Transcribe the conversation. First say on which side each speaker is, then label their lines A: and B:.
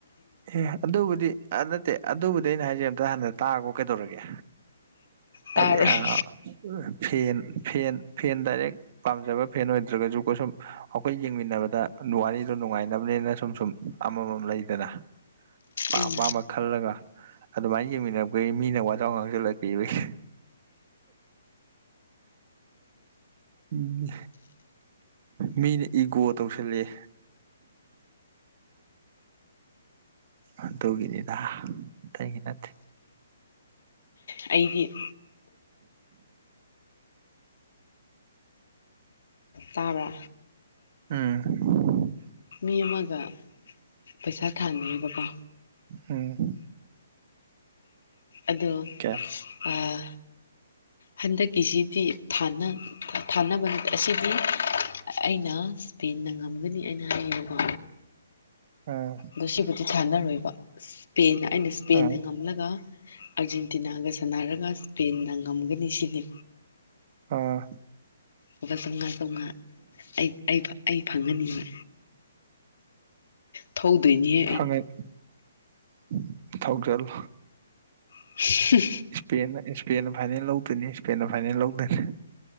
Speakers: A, on the right (about 40°); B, on the left (about 65°).
A: ꯑꯦ ꯑꯗꯨꯕꯨꯗꯤ ꯑꯥ ꯅꯠꯇꯦ ꯑꯗꯨꯕꯨꯗꯤ ꯑꯩꯅ ꯍꯥꯏꯖꯦ ꯑꯝꯇ ꯍꯥꯟꯅ ꯇꯥꯒꯣ ꯀꯩꯗꯧꯔꯒꯦ
B: ꯇꯥꯔꯣꯏ
A: ꯍꯥꯏꯗꯤ ꯑꯥ ꯐꯦꯟ ꯐꯦꯟ ꯐꯦꯟ ꯗꯥꯏꯔꯦꯛ ꯄꯥꯝꯖꯕ ꯐꯦꯟ ꯑꯣꯏꯗ꯭ꯔꯒꯖꯨꯀꯣ ꯁꯨꯝ ꯑꯈꯣꯏ ꯌꯦꯡꯃꯤꯟꯅꯕꯗ ꯋꯥꯔꯤꯗꯣ ꯅꯨꯡꯉꯥꯏꯅꯕꯅꯦꯅ ꯁꯨꯝ ꯁꯨꯝ ꯑꯃꯥꯃꯝ ꯂꯩꯗꯅ ꯑꯄꯥꯝ
B: ꯎꯝ
A: ꯄꯥꯝꯕ ꯈꯜꯂꯒ ꯑꯗꯨꯃꯥꯏ ꯌꯦꯡꯃꯤꯟꯅꯔꯛꯄꯩ ꯃꯤꯅ ꯋꯥꯖꯥꯎ ꯉꯥꯡꯖꯤꯜꯂꯛ ꯑꯗꯤꯕꯩ ꯎꯝ ꯃꯤꯅ ꯏꯒꯣ ꯇꯧꯁꯤꯜꯂꯑꯦ ꯑꯗꯨꯒꯤꯅꯤꯗ ꯑꯇꯩꯒꯤ ꯅꯠꯇꯦ
B: ꯑꯩꯗꯤ ꯇꯥꯕ꯭ꯔꯥ
A: ꯎꯝ
B: ꯃꯤ ꯑꯃꯥꯒ ꯄꯩꯁꯥ ꯊꯥꯅꯤꯡꯕꯀꯣ
A: ꯎꯝ
B: ꯑꯗꯨ
A: ꯀꯦ
B: ꯑꯥ ꯍꯟꯗꯛꯀꯤꯁꯤꯗꯤ ꯊꯥꯟꯅ ꯊꯥꯅꯕ ꯑꯁꯤꯗꯤ ꯑꯩꯅ ꯁ꯭ꯄꯦꯟꯅ ꯉꯝꯒꯅꯤ ꯑꯩꯅ ꯍꯥꯌꯦꯕꯀꯣ
A: ꯎꯝ
B: ꯗꯣ ꯁꯤꯕꯨꯗꯤ ꯊꯥꯟꯅꯔꯣꯏꯕ ꯏꯁꯄꯦꯟꯅ ꯑꯩꯅ ꯁ꯭ꯄꯦꯟꯅ
A: ꯎꯝ
B: ꯉꯝꯂꯒ ꯑꯥꯔꯖꯦꯟꯇꯤꯅꯥꯒ ꯁꯥꯟꯅꯔꯒ ꯏꯁꯄꯦꯟꯅ ꯉꯝꯒꯅꯤ ꯁꯤꯅꯤ
A: ꯑꯥ
B: ꯂꯨꯄ ꯆꯝꯉ ꯆꯝꯉ ꯑꯩ ꯑꯩ ꯐꯥ ꯑꯩ ꯐꯪꯒꯅꯤꯕ ꯊꯧꯗꯣꯏꯅꯤꯍꯦ
A: <unintelligible> ꯊꯧꯖꯜꯂꯣ
B: <unintelligible>
A: ꯏꯁꯄꯦꯟꯅ ꯏꯁꯄꯦꯟꯅ ꯐꯥꯏꯅꯦꯜ ꯂꯧꯗꯣꯏꯅꯤ ꯏꯁꯄꯦꯟꯅ ꯐꯥꯏꯅꯦꯜ ꯂꯧꯗꯣꯏꯅꯤ